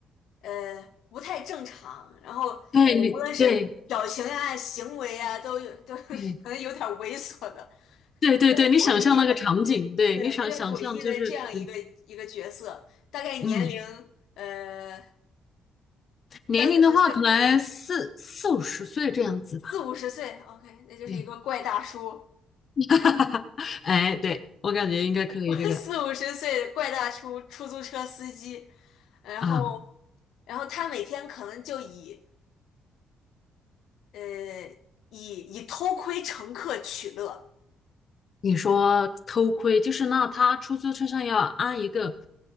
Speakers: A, on the left; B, on the left.
A: 呃不太正常，然后呃无论是表情啊、
B: 对，你对
A: 行为啊，都有都
B: 对，
A: <laughs> 可能有点猥琐的、
B: 对对对对对你想象那个场景，
A: 诡异的。
B: 对你想想象就是对，
A: 对，有点诡异的这样一个一个角色，大概年龄
B: 嗯，
A: 呃
B: 年龄的话，
A: 三四十岁、
B: 可能四四五十岁这样子吧。
A: 四五十岁，OK，那就是一个怪大叔，
B: 对，<laughs> 哎，对，我感觉应该可以这个
A: <laughs> 四五十岁的怪大叔，出租车司机，然后
B: 啊。
A: 然后他每天可能就以呃以以偷窥乘客取乐。
B: 你说偷窥，就是那他出租车上要安一个